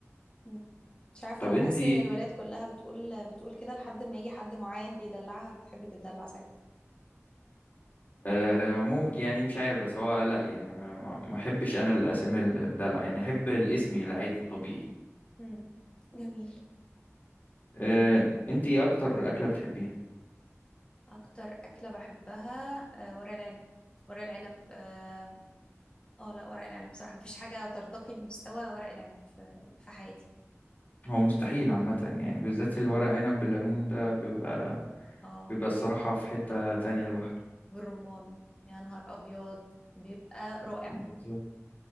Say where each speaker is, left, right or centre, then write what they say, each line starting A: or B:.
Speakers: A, on the left; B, on the left.
A: مم. مش عارفة
B: طب
A: أنا بحس
B: انت
A: إن الولاد كلها بتقول بتقول كده لحد ما يجي حد معين بيدلعها بتحب تدلع ساعتها
B: أه ممكن يعني مش عارف بس هو لا يعني ما ما- ما احبش انا الاسامي الدلع يعني احب الاسم العادي الطبيعي
A: مم. جميل
B: أه انت ايه اكتر اكلة بتحبيها
A: اكتر اكله بحبها آه، ورق العنب ورق العنب اه آه، لا ورق العنب بصراحه مفيش حاجه ترتقي لمستوى ورق العنب في في حياتي
B: هو مستحيل عامة يعني بالذات الورق عنب بالليمون ده بيبقى
A: اه
B: بيبقى الصراحة في حتة تانية لوحده
A: بالرمان يا نهار ابيض بيبقى رائع
B: بالظبط